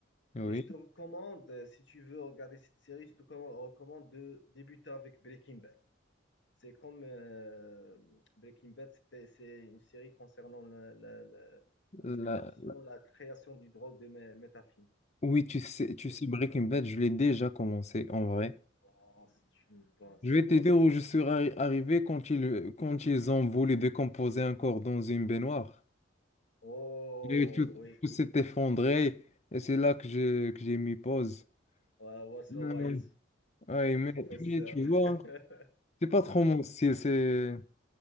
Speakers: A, on the left (about 35°); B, on the left (about 65°).
A: Oui,
B: Et je te recommande, euh, si tu veux regarder cette série, je te com- recommande de débuter avec Breaking Bad. C'est comme euh, Breaking Bad, c'était- c'est une série concernant la, la- la- la
A: la-
B: distribution, la création du drogue de mé- méthamphétamine.
A: oui, tu sais, tu
B: Et-
A: sais, Breaking Bad, je l'ai déjà commencé en vrai.
B: Oh, c'est une bonne série.
A: Je vais te dire où je suis arri- arrivé quand ils, quand ils ont voulu décomposer un corps dans une baignoire.
B: Oh,
A: Et tout,
B: oui,
A: tout s'est effondré et c'est là que j'ai, que j'ai mis pause.
B: Ouais, Walter
A: Non,
B: White,
A: non. Ouais,
B: le
A: mais,
B: professeur.
A: mais tu vois,
B: <laughs>
A: c'est pas trop mon style, c'est,